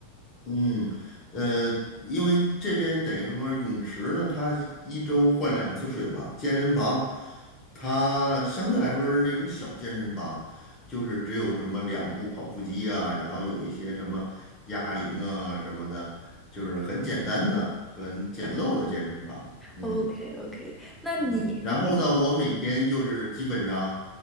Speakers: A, on the left; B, in the centre.
A: 嗯，呃，因为这边等于说泳池呢，它一周换两次水吧。健身房，它相对来说是那种小健身房，就是只有什么两部跑步机啊，然后有一些什么哑铃啊什么的，就是很简单的、很简陋的健身房。嗯。
B: o k o k 那你如果
A: 嗯，然后呢，我每天就是基本上，